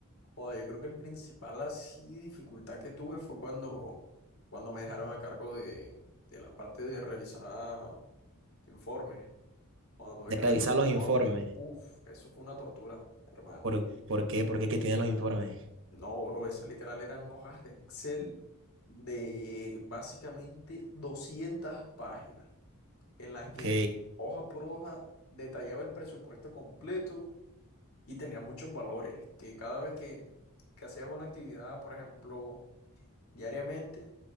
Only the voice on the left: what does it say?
Joda, yo creo que el principal así dificultad que tuve fue cuando, cuando me dejaron a cargo de, de la parte de revisar informes. Cuando tuve
que
revisar informes,
uff, eso fue una tortura, hermano.
No, bro, esas literal eran hojas de Excel de básicamente 200 páginas, en las
que hoja por hoja detallaba el presupuesto completo y tenía muchos valores, que cada vez que, que hacías una actividad, por ejemplo, diariamente,